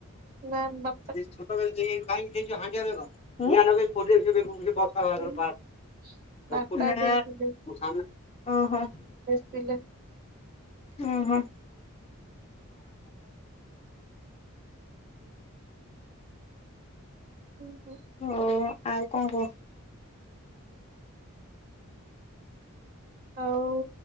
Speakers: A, on the right (about 45°); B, on the left (about 30°).
A: ନାଁ ବା
B: ହୁଁ। ନା
A: ହୁଁ,
B: ଓହୋ।
A: ବାପା ଦେଇଥିଲେ ଥିଲେ
B: ଓ ହୋ।
A: ହୁଁ ହୁଁ।
B: ହଉ ଆଉ କଣ କୁହ।
A: ଆଉ